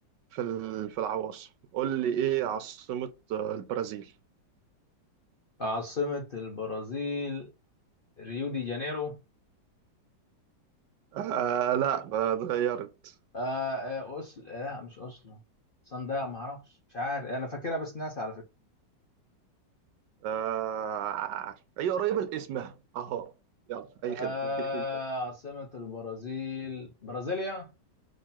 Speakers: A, on the right (about 75°); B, on the left (about 45°).
A: في ال- في العواصم قول لي إيه عاصمة آه، البرازيل؟
B: عاصمة البرازيل ريو دي جانيرو
A: آه لا آه، اتغيرت
B: آه آه أوسل آه لا مش أوسلو صندوق ما أعرفش مش عارف أنا فاكرها بس ناسي على فكرة
A: آه هي قريبة لاسمها أهو يلا أي
B: آه
A: خدمة أديك أنت
B: عاصمة البرازيل برازيليا